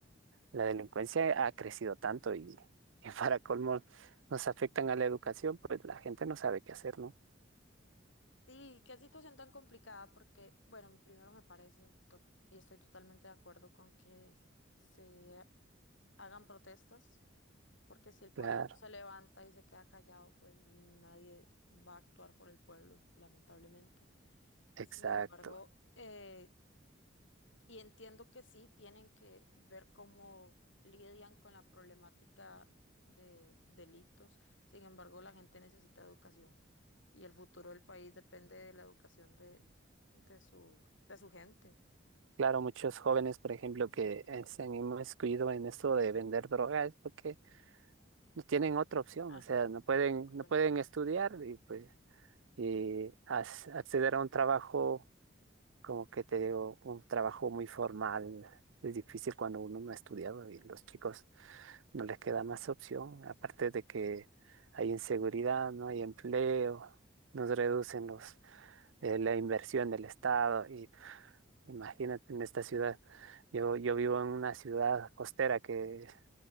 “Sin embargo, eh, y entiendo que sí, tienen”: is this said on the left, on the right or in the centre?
Left